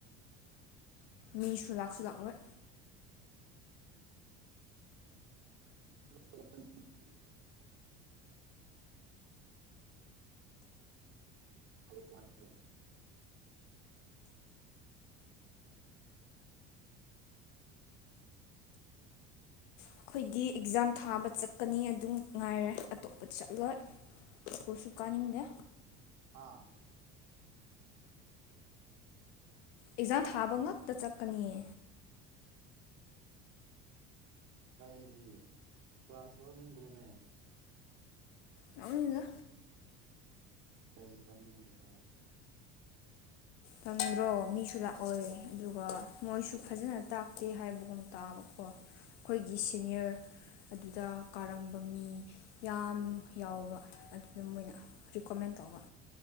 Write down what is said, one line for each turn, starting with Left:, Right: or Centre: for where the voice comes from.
Left: ꯃꯤꯁꯨ ꯂꯥꯛꯁꯨ ꯂꯥꯛꯂꯔꯣꯏ
Right: <unintelligible> <unintelligible>
Left: ꯑꯩꯈꯣꯏꯒꯤ ꯑꯦꯛꯖꯥꯝ ꯊꯥꯕ ꯆꯠꯀꯅꯤ ꯑꯗꯨꯝ ꯉꯥꯏꯔꯦ ꯑꯇꯣꯞꯄ ꯆꯠꯂꯣꯏ ꯏꯁ꯭ꯀꯨꯜꯁꯨ ꯀꯥꯅꯤꯡꯗꯦ
Right: ꯍꯥꯥ
Left: ꯑꯦꯛꯖꯥꯝ ꯊꯥꯕ ꯉꯛꯇ ꯆꯠꯀꯅꯤꯌꯦ
Right: ꯀꯩꯒꯤ ꯀ꯭ꯂꯥꯁ ꯂꯧꯅꯤꯡꯗ꯭ꯔꯣꯅꯦ
Left: ꯂꯧꯅꯤꯡꯗꯦꯗ
Right: ꯀꯩꯒꯤ ꯂꯧꯅꯤꯡꯗꯕ
Left: ꯇꯪꯗ꯭ꯔꯣ ꯃꯤꯁꯨ ꯂꯥꯛꯑꯣꯏ ꯑꯗꯨꯒ ꯃꯣꯏꯁꯨ
Right: ꯑꯣ
Left: ꯐꯖꯅ ꯇꯥꯛ ꯇꯦ ꯍꯥꯏꯕꯒꯨꯝ ꯇꯥꯕꯀꯣ ꯑꯩꯈꯣꯏꯒꯤ ꯁꯤꯅꯤꯌꯔ
Right: ꯑꯣ
Left: ꯑꯗꯨꯗ ꯀꯥꯔꯝꯕ ꯃꯤ ꯌꯥꯝ ꯌꯥꯎꯕ ꯑꯗꯨꯗ ꯃꯣꯏꯅ ꯔꯤꯀꯣꯃꯦꯟ ꯇꯧꯕ